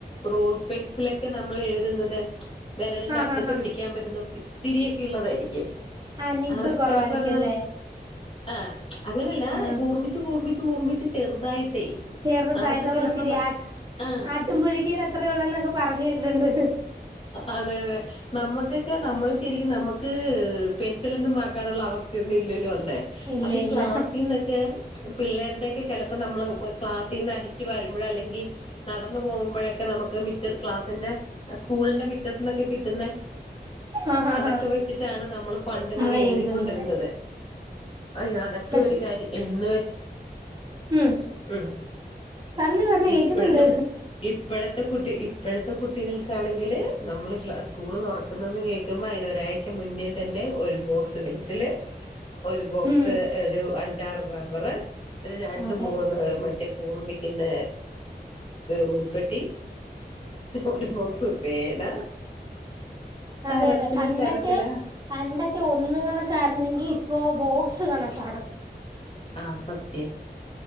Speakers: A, on the left (about 35°); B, on the right (about 25°).
A: റൂൾ പെൻസിലൊക്കെ നമ്മൾ എഴുതുന്നത് വിരലിന്റെ
B: ആഹ്
A: അറ്റത്ത്
B: ആഹ് ആഹ്
A: പിടിക്കാൻ പറ്റുന്ന ഇത്തിരിയൊക്കെ ഉള്ളതായിരിക്കും
B: ആ നിബ്ബ്
A: അത്
B: കുറവായിരിക്കും
A: ചെലപ്പോ അത്
B: അല്ലേ
A: ആ അങ്ങനല്ല
B: ആഹ്
A: കൂർമിച്ച് കൂർമിച് കൂർമിച്ച് ചെറുതായിട്ടേ
B: ചെറുതായതോ
A: നമുക്ക് ചിലപ്പോ
B: ശരിയാ
A: ആഹ്
B: ആട്ടും പുഴുക്കേട് അത്രയേ ഉള്ളൂ എന്നൊക്കെ പറഞ്ഞു കേട്ടിട്ടുണ്ട്
A: അതെ അതെ നമ്മക്കൊക്കെ നമ്മള് ശരിക്കും നമുക്ക് പെൻസിലൊന്നും വാങ്ങാനുള്ള അവസ്ഥയൊന്നും ഇല്ലല്ലോ അന്ന്
B: ഇല്ല
A: അപ്പൊ ഈ
B: ഇല്ല
A: ക്ലാസ്സിൽ നിന്നൊക്കെ പിള്ളേരുടൊക്കെ ചിലപ്പോ നമ്മള് ക്ലാസ് അടിച്ചുവാരുമ്പോ അല്ലെങ്കിൽ നടന്നു പോകുമ്പോഴൊക്കെ നമുക്ക് മിറ്റ ക്ലാസി സ്കൂളിന്റെ മുറ്റത്തിന്നൊക്കെ കിട്ടുന്ന
B: ആഹ് ആഹ്
A: അതൊക്കെ
B: ആഹ്
A: വെച്ചിട്ടാണ് നമ്മൾ പണ്ടിങ്ങനെ
B: നമ്മളെ
A: എഴുതിക്കൊണ്ടിരുന്നത്
B: എഴുതുന്ന്
A: അയ്യോ അതൊക്കെ
B: പശു
A: ഒരു കാര്യം എന്ന് വെച്ച്
B: ഉം
A: ഉം
B: പറഞ്ഞോ പറഞ്ഞോ
A: ഇപ്പോഴത്തെ
B: കേക്കുന്നുണ്ട്
A: ഇപ്പോഴത്തെ കുട്ടി ഇപ്പോഴത്തെ കുട്ടികൾക്കാണെങ്കില് നമ്മള് ക്ലാസ് സ്കൂള് തുറക്ക കേൾക്കുമ്പോ അതിനൊരാഴ്ച മുന്നേ തന്നെ ഒരു ബോക്സ് പെൻസില് ഒരു ബോക്സ്
B: ഉം
A: ഒരു അഞ്ചാറ് റബ്ബർ ഒരു രണ്ട്
B: അതെ
A: മൂന്ന് മറ്റേ കൂർപ്പിക്കുന്ന റൂൾപ്പെെട്ടി ഒരു ബോക്സ്‌ പേന തരത്തില്
B: അതെ അതെ പണ്ടൊക്കെ
A: തരത്തില്
B: പണ്ടൊക്കെ ഒന്ന് കണക്കായിരുന്നെങ്കി ഇപ്പോ ബോക്സ് കണക്കാണ്
A: ആ സത്യം